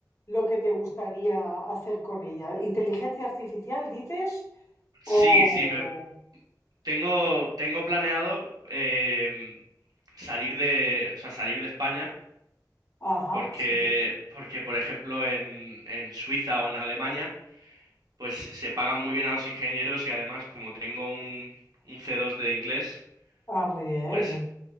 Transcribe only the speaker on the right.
sí,
sí, me, tengo, tengo planeado em, salir de, o sea, salir de España,
porque,
porque por ejemplo, en, en Suiza o en Alemania, pues se pagan muy bien a los ingenieros y además como tengo un, un C2 de inglés,
pues